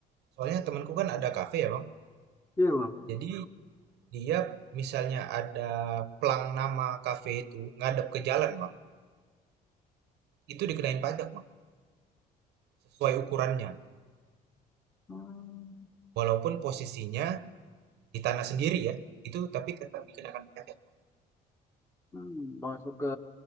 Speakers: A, on the right (about 80°); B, on the left (about 15°).
A: soalnya temanku kan ada kafe ya Bang.
B: Iya bang.
A: Jadi dia misalnya ada plang nama kafe itu ngadep ke jalan Bang. Itu dikenain pajak Bang sesuai ukurannya.
B: Hmm.
A: Walaupun posisinya Di tanah sendiri ya, itu tapi tetap dikenakan pajak.
B: Hmm, masuk ke